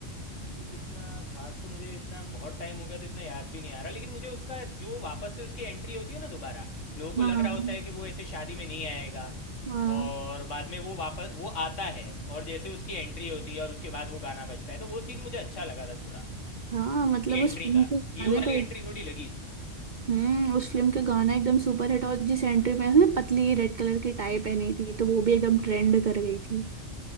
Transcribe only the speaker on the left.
कुछ इतना खास तो मुझे इतना बहुत टाइम हो गया तो इतना याद भी नहीं आ रहा लेकिन मुझे उसका जो वापस से उसकी एंट्री होती है ना दोबारा लोगों को
लग रहा होता है कि वो ऐसे शादी में नहीं आएगा
और बाद में वो वापस वो आता है और जैसे उसकी एंट्री होती है और उसके बाद वो गाना बजता है तो वो सीन मुझे अच्छा लगा था थोड़ा
उसकी एंट्री
का हीरो
वाली
एंट्री थोड़ी लगी थी